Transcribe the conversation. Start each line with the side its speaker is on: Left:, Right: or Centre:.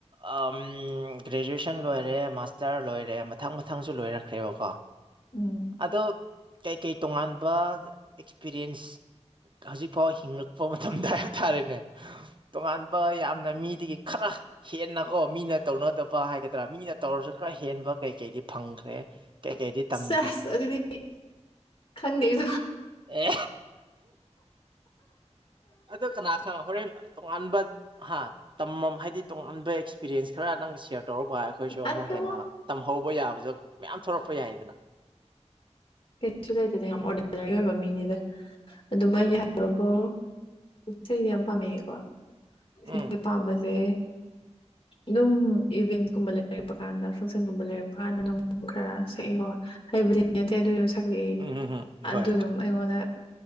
Right: ꯑꯥꯝ ꯒ꯭ꯔꯦꯖꯨꯑꯦꯁꯟ ꯂꯣꯏꯔꯦ ꯃꯥꯁꯇꯔ ꯂꯣꯏꯔꯦ ꯃꯊꯪ ꯃꯊꯪꯁꯨ ꯂꯣꯏꯔꯛꯈ꯭ꯔꯦꯕꯀꯣ
Left: ꯎꯝ
Right: ꯑꯗꯣ ꯀꯩꯀꯩ ꯇꯣꯉꯥꯟꯕ ꯑꯦꯛꯁꯄꯤꯔꯤꯌꯦꯟꯁ ꯍꯧꯖꯤꯛ ꯐꯥꯎ ꯍꯤꯡꯉꯛꯄ ꯃꯇꯝꯗ ꯍꯥꯏ ꯇꯥꯔꯦꯅꯦ ꯇꯣꯉꯥꯟꯕ ꯌꯥꯝꯅ ꯃꯤꯗꯒꯤ ꯈꯔ ꯍꯦꯟꯅꯀꯣ ꯃꯤꯅ ꯇꯧꯅ ꯐꯠꯇꯕ ꯍꯥꯏꯒꯗ꯭ꯔꯥ ꯃꯤꯅ ꯇꯧꯔꯁꯨ ꯈꯔ ꯍꯦꯟꯕ ꯀꯩ ꯀꯩꯗꯤ ꯐꯪꯈ꯭ꯔꯦ ꯀꯩꯀꯩꯗꯤ ꯇꯝꯈ꯭ꯔꯦ
Left: ꯁꯦꯁ ꯑꯗꯨꯗꯤ ꯈꯪꯉꯦꯗꯣ
Right: ꯑꯦ ꯑꯗꯨ ꯀꯅꯥ ꯀꯅꯥ ꯍꯣꯔꯦꯟ ꯇꯣꯉꯥꯟꯕ ꯍꯥ ꯇꯝꯃꯝ ꯍꯥꯏꯗꯤ ꯇꯣꯉꯥꯟꯕ ꯑꯦꯛꯁꯄꯤꯔꯌꯦꯟꯁ ꯈꯔ ꯅꯪ ꯀꯦꯌꯔ ꯇꯧꯔꯛꯄ ꯑꯩꯈꯣꯏꯁꯨ ꯑꯃꯨꯛ
Left: ꯑꯗꯣ
Right: ꯍꯦꯟꯅ ꯇꯝꯍꯧꯕ ꯌꯥꯕꯗꯣ ꯃꯌꯥꯝ ꯊꯣꯛꯂꯛꯄ ꯌꯥꯏꯗꯅ
Left: ꯀꯩꯁꯨ ꯂꯩꯇꯦꯅ ꯌꯥꯝ ꯑꯣꯔꯗꯤꯅꯔꯤ ꯑꯣꯏꯕ ꯃꯤꯅꯤꯗ ꯑꯗꯨ ꯃꯥꯏꯒꯤ ꯍꯥꯏꯕꯐꯥꯎ ꯏꯁꯩꯗꯤ ꯌꯥꯝ ꯄꯥꯝꯃꯦꯑꯀꯣ ꯏꯁꯩꯗ
Right: ꯎꯝ
Left: ꯄꯥꯝꯕꯁꯦ ꯑꯗꯨꯝ ꯏꯚꯦꯟꯁꯀꯨꯝꯕ ꯂꯩꯔꯛꯄ ꯀꯥꯟꯗ ꯐꯪꯁꯟꯒꯨꯝꯕ ꯂꯩꯔꯛꯄ ꯀꯥꯟꯗ ꯑꯗꯨꯝ ꯈꯔ ꯁꯛꯏꯀꯣ ꯍꯩꯕꯨꯗꯤ ꯅꯠꯇꯦ ꯑꯗꯨꯁꯨ ꯁꯛꯂꯛꯏ
Right: ꯎꯝ ꯎꯝ ꯎꯝ
Left: ꯑꯗꯨꯗꯨꯝ
Right: ꯍꯣꯏ ꯍꯣꯏ
Left: ꯑꯩꯉꯣꯟꯗ